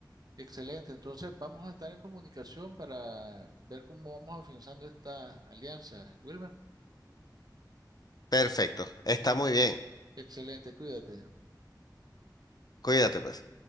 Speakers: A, on the right; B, on the left.
A: Excelente. Entonces, vamos a estar en comunicación para ver cómo vamos afianzando esta alianza. Wilmer,
B: Perfecto, está
A: ex-
B: muy bien.
A: excelente, cuídate.
B: Cuídate, pues.